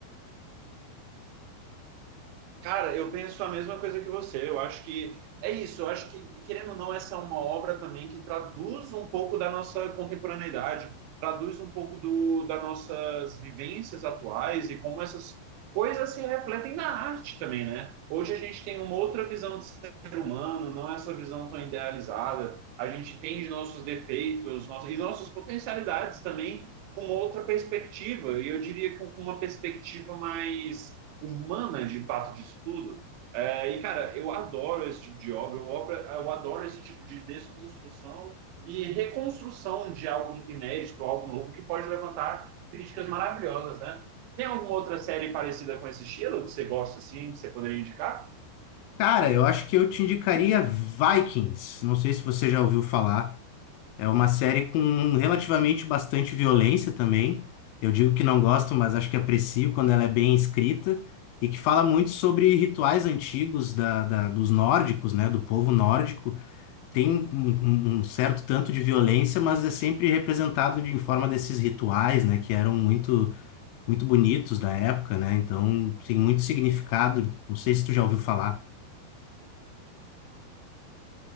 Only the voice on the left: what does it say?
Cara, eu acho que eu te indicaria Vikings. Não sei se você já ouviu falar. É uma série com relativamente bastante violência também. Eu digo que não gosto, mas acho que aprecio quando ela é bem escrita e que fala muito sobre rituais antigos da, da- dos nórdicos, né? Do povo nórdico. Tem um, um- um certo tanto de violência, mas é sempre representado de em forma desses rituais, né? Que eram muito, muito bonitos da época, né? Então tem muito significado. Não sei se tu já ouviu falar.